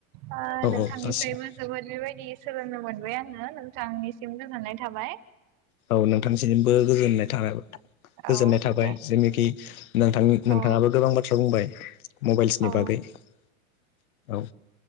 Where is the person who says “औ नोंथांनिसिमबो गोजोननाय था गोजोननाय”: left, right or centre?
Left